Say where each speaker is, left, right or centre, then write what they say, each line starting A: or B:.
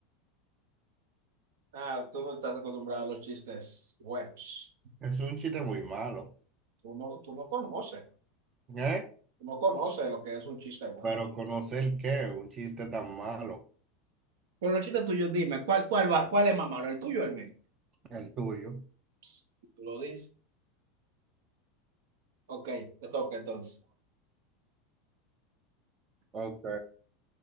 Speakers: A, on the right (about 75°); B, on the right (about 30°).
A: ah, tú no estás acostumbrado a los chistes buenos.
B: Es un chiste muy malo.
A: Tú no, tú no conoces.
B: ¿Eh?
A: No conoce lo que es un chiste bueno.
B: Pero conocer qué, un chiste tan malo.
A: Por los chistes tuyos, dime, ¿cuál, cuál va, cuál es más malo, el tuyo o el mío?
B: El tuyo.
A: Psst, Tú lo dices. Ok, te toca entonces.
B: Ok,